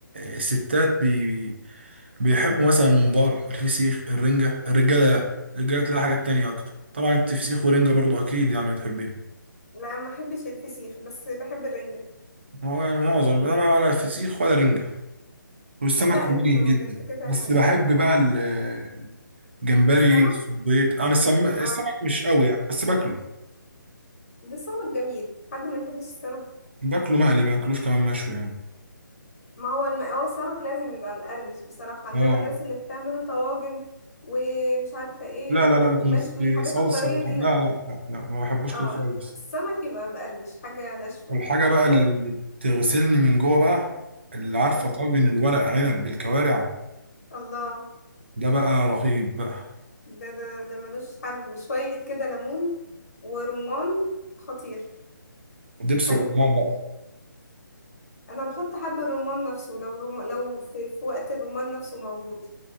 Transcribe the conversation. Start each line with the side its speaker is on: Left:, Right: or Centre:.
Right: الستات بي بيحبوا مثلا الممبار الفسيخ الرنجة الرجالة لا الرجالة تلاقي حاجات تانية أكتر طبعا انت فسيخ ورنجة برضو أكيد يعني بتحبيها
Left: لا ما بحبش الفسيخ بس بحب الرنجة
Right: هو يعني معظم أنا ولا فسيخ ولا رنجة والسمك
Left: لا
Right: قليل
Left: انتوا
Right: جدا
Left: بجد كده
Right: بس بحب بقى ال- الجمبري
Left: السمك
Right: الصبيط أنا السم... السمك
Left: اه
Right: مش قوي يعني بس باكله
Left: ده السمك جميل حد ما يحبش السمك
Right: باكله مقلي ما باكلوش كمان مشوي يعني
Left: ما هو الم... هو السمك لازم يبقى مقرمش بصراحة انما
Right: اه
Left: الناس اللي بتعمله طواجن ومش عارفة ايه
Right: لا لا
Left: و-
Right: لا بيكون
Left: ومشوي
Right: في
Left: الحاجات
Right: صلصة
Left: الطرية
Right: وح-
Left: دي
Right: لا
Left: لا
Right: لا لا لا ما بحبوش
Left: اه
Right: كده خالص
Left: السمك يبقى مقرمش حاجة ناشفة
Right: والحاجة بقى اللي
Left: حلو
Right: بتغسلني من جوه بقى اللي عارفة
Left: مم.
Right: طاجن الورق عنب بالكوارع
Left: الله
Right: ده بقى رهيب بقى
Left: ده ده ده ملوش حل وشوية كده ليمون ورمان خطير
Right: ودبس
Left: حلو
Right: الرمان
Left: حلو
Right: بقى
Left: انا بحط حب الرمان نفسه لو رم... لو في... في وقت الرمان نفسه موجود